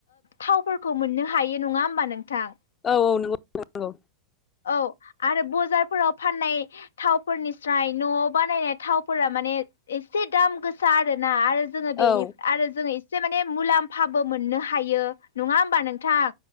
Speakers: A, on the left (about 85°); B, on the left (about 25°).
A: थावफोरखौ मोननो हायो नङा होमबा नोंथां।
B: औ औ नंगौ।
A: औ ।आरो बजारफोराव फाननाय थावफोरनि स्राय न'आव बानायनाय थावफोरा माने एसे दाम गोसा आरोना आरो जोङो बेनि
B: औ
A: आरो जोङो एसे माने मुलाम्फाबो मोननो हायो नङा होमबा नोंथां?